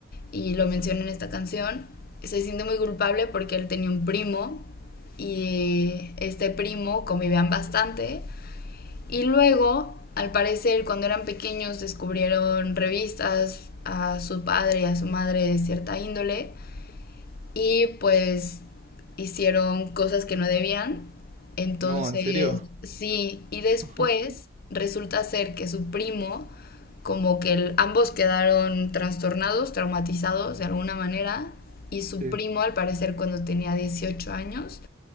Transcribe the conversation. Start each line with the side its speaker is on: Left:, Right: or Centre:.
Left: y lo menciona en esta canción. Se siente muy culpable porque él tenía un primo y este primo convivían bastante Y luego, al parecer, cuando eran pequeños descubrieron revistas a su padre y a su madre de cierta índole y pues hicieron cosas que no debían. Entonces,
Right: No, ¿en serio?
Left: sí, y después
Right: <laughs>
Left: resulta ser que su primo, como que el- ambos quedaron trastornados, traumatizados de alguna manera, y su
Right: Sí.
Left: primo, al parecer, cuando tenía 18 años,